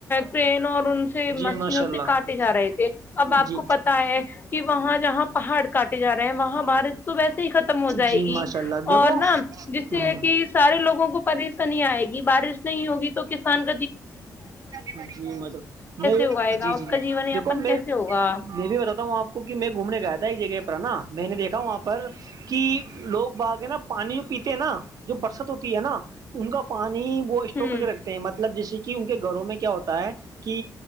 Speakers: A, on the left; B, on the right.
A: کرن اور ان- سے
B: جی
A: مشینوں
B: ماشاء اللہ
A: سے کاٹے جا رہے تھے اب آپ
B: جی
A: کو پتا ہے- کہ وہاں جہاں پہاڑ کاٹے جا رہے ہیں وہاں بارش تو ویسے ہی ختم ہو جائے
B: جی
A: گی-
B: ماشاء اللہ دیکھو
A: اور نا جس سے
B: ہ
A: کہ سارے لوگوں کو پریشانی آئے گی بارش نہیں ہوگی تو کیا- پاکستان-
B: جیب میں
A: اگائے گا
B: جی جی
A: اس
B: جی
A: کا جیون یاپن
B: دیکھو میں
A: کیسے ہوگا
B: میں بھی بتاتا ہوں آپ- کیونکہ میں گھومنے گ آیا تھا ایک جگہ پر نا میں نے دھا وہاں پر- کہ لوگ باگ ہے نا پانی جو پیتے ہیں نا جو برست ہوتی ہے نا ان کا پانی وہ اسٹ
A: ہوں
B: کر کے رکھتے ہیں مطلب جیسے کہ ان کے گھروں میں کیا ہوتا ہے کہ